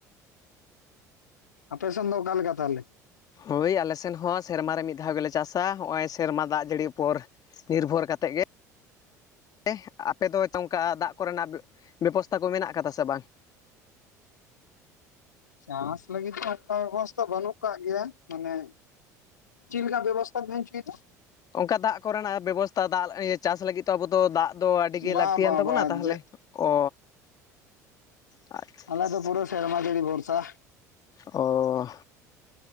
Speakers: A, on the left; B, on the left.
A: ᱟᱯᱮ ᱥᱮᱱ ᱫᱚ ᱚᱠᱟ ᱞᱮᱠᱟ ᱛᱟᱦᱚᱞᱮ?
B: ᱦᱳᱭ ᱟᱞᱮ ᱥᱮᱱ ᱦᱚᱸ ᱥᱮᱨᱢᱟ ᱨᱮ ᱢᱤᱫ ᱫᱷᱟᱣ ᱜᱮᱞᱮ ᱪᱟᱥᱟ ᱦᱚᱸᱜᱼᱚᱭ ᱥᱮᱨᱢᱟ ᱫᱟᱜ ᱡᱟᱹᱲᱤ ᱩᱯᱚᱨ ᱱᱤᱨᱵᱷᱚᱨ ᱠᱟᱛᱮᱜ ᱜᱮ, ᱮ, ᱟᱯᱮ ᱫᱚ ᱦᱚᱭᱛᱚ ᱚᱝᱠᱟ ᱫᱟᱜ ᱠᱚ ᱨᱮᱱᱟᱜ ᱵᱮᱵᱚᱥᱛᱷᱟ ᱠᱚ ᱢᱮᱱᱟᱜ ᱟᱠᱟᱫᱟ ᱥᱮ ᱵᱟᱝ?
A: ᱪᱟᱥ ᱞᱟᱹᱜᱤᱫ ᱫᱚ ᱚᱝᱠᱟ ᱵᱮᱵᱚᱥᱛᱷᱟ ᱵᱟᱹᱱᱩᱜ ᱠᱟᱜ ᱜᱮᱭᱟ ᱢᱟᱱᱮ, ᱪᱮᱫ ᱞᱮᱠᱟ ᱵᱮᱵᱚᱥ ᱛᱟ ᱢᱮᱱ ᱦᱚᱪᱚᱭᱫᱟ?
B: ᱚᱱᱠᱟ ᱫᱟᱜ ᱠᱚᱨᱮᱱᱟᱜ ᱵᱮᱵᱚᱥᱛᱷᱟ ᱫᱟᱜ ᱤᱭᱟᱹ ᱪᱟᱥ ᱞᱟᱹᱜᱤᱫ ᱛᱚ ᱟᱵᱚ ᱫᱚ ᱫᱟᱜ ᱫᱚ ᱟᱹᱰᱤ
A: ᱵᱟᱝ
B: ᱜᱮ ᱞᱟᱹᱠᱛᱤᱭᱟᱱ
A: ᱵᱟᱝ
B: ᱛᱟᱵᱚᱱᱟ
A: ᱵᱟᱝ
B: ᱛᱟᱦᱚᱞᱮ,
A: ᱡᱮ
B: ᱚ᱾ ᱟᱪᱪᱷᱟ
A: ᱟᱞᱮ
B: ᱟᱪᱪᱷᱟ
A: ᱫᱚ ᱯᱩᱨᱟᱹ ᱥᱮᱨᱢᱟ ᱡᱟᱹᱲᱤ ᱵᱷᱚᱨᱥᱟ᱾
B: ᱚ᱾